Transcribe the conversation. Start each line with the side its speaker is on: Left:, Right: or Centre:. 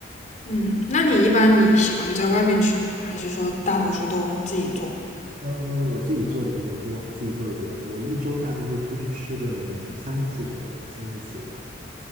Left: 嗯，那你一般你喜欢在外面吃吗？还是说大多数都自己做？
Right: 嗯，我自己做的比较多，自己做的比较多。我一周大概会出去吃个三次左右，三四次的样子。